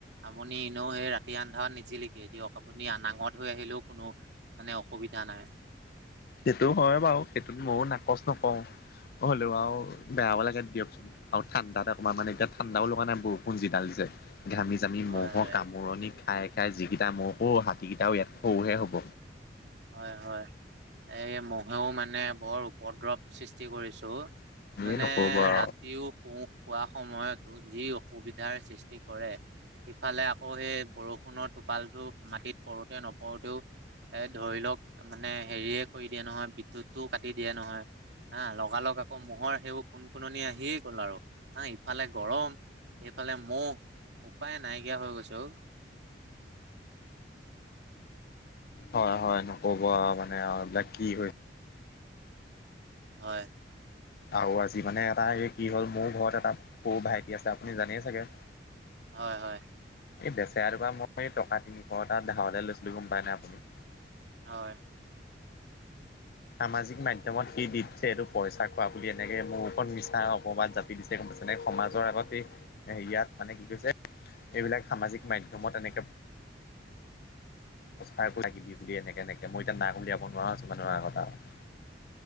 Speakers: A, on the right (about 70°); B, on the left (about 55°).
A: আপুনি এনেও সেই ৰাতি আন্ধাৰ নিজিলেকে দিয়ক আপুনি নাঙত হৈ আহিলেও কোনো মানে অসুবিধা নাই।
B: সেইটো হয় বাৰু সেইটোত ময়ো নাকচ নকৰওঁ হ'লেও
A: হয়
B: আও। বেয়াও লাগে দিয়কচোন আৰু ঠাণ্ডাতে অকণমান মানে এতি ঠাণ্ডাও লগা নাই বৰষুণ যি দাল দিছে ঘামি আমি
A: হয়
B: ম'হ
A: হয়
B: কামোৰণি খাই খাই যিকেইটা ম'হ ঔ হাতীকেইটাও ইয়াত সৰুহে হ'ব।
A: হয় হয় এই মহেও মানে বৰ উপদ্ৰৱ সৃষ্টি কৰিছোঁ। মানে
B: এ নক'ব আৰু
A: ৰাতিও শো খোৱা সময়তো যি সুবিধাৰ সৃষ্টি কৰে। সিফালে আকৌ সেই বৰষুণৰ টোপালটো মাটিত পৰোঁতে নপৰোতেও এ ধৰি লওক মানে হেৰিয়ে কৰি দিয়ে নহয় বিদ্যুতটোও কাটি দিয়ে নহয়। হা লগালগ আকৌ মহৰ সেইবোৰ কোন কুননি আহিয়ে গ'ল আৰু। ন ইফালে গৰম এইফালে মহ উপায় নাইকিয়া হৈ গৈছে অ।
B: হয় হয় নকব আৰু মানে আৰু এইবিলাক কি হৈ।
A: হয়।
B: আৰু আজি মানে এটা এই কি হ'ল মোৰ ঘৰত এটা সৰু ভাইটি আছে আপুনি জানেই চাগে।
A: হয় হয়।
B: এই বেচেৰাটোপা মই টকা তিনিশটা ধাৰলে লৈছিলো গম পাই নাই আপুনি
A: হয়।
B: সামাজিক মাধ্যমত সি দি দিছে এইটো পইচা খোৱা বুলি এনেকে মোৰ ওপৰত মিছা অপবাদ যাত- দিছে গম পাইছে নে সমাজৰ আগতে ইয়াত মানে কি কৈছে এইবিলাক সামাজিক মাধ্যমত এনেকে <unintelligible> বুলি এনেকে এনেক মই এতিয়া নাক উলিয়াব নোৱাৰা হৈছোঁ মানুহৰ আগত আও।